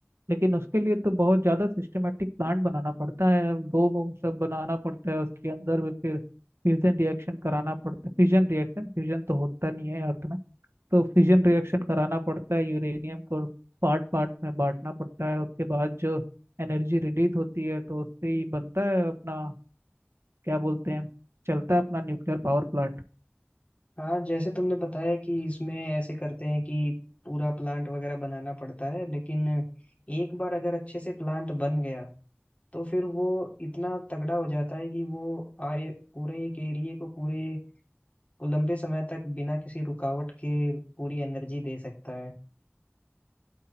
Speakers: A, on the right; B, on the left.
A: लेकिन उसके लिए तो बहुत ज़्यादा सिस्टमेटिक प्लांट बनाना पड़ता है बोम वोम सब बनाना पड़ता है उसके अंदर भी फिर फ्यूजन रिएक्शन कराना पड़ता है फ्यूजन रिएक्शन फ्यूजन तो होता नहीं है अर्थ में तो फिजन रिएक्शन कराना पड़ता है यूरेनियम को पार्ट पार्ट में बांटना पड़ता है उसके बाद जो एनर्जी रिलीज होती है तो उससे ही बनता है अपना क्या बोलते हैं चलता है अपना न्यूक्लियर पावर प्लांट
B: हाँ जैसे तुमने बताया कि इसमें ऐसे करते हैं कि पूरा प्लांट वगैरह बनाना पड़ता है लेकिन एक बार अगर अच्छे से प्लांट बन गया तो फिर वो इतना तगड़ा हो जाता है कि वो आए पूरे एक एरिया को पूरे लंबे समय तक बिना किसी रुकावट के पूरी एनर्जी दे सकता है